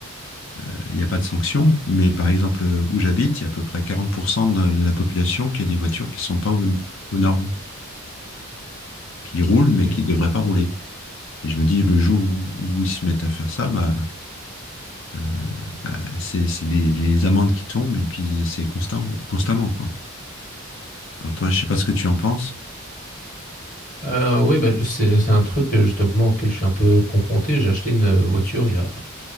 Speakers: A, on the left; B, on the left.
A: euh, il n'y a pas de sanction, mais par exemple, euh, où j'habite, il y a à peu près 40% de la population qui a des voitures qui ne sont pas aux, aux normes, qui roulent,
B: OK.
A: mais qui ne devraient pas rouler. Et je me dis, le jour où, où ils se mettent à faire ça, bah, euh, C'est c'est les, les amendes qui tombent et puis c'est constant, constamment, quoi. Alors toi, je sais pas ce que tu en penses.
B: Heu, oui, bah, c'est c'est un truc, heu, justement auquel je suis un peu confronté. J'ai acheté une, heu, voiture il y a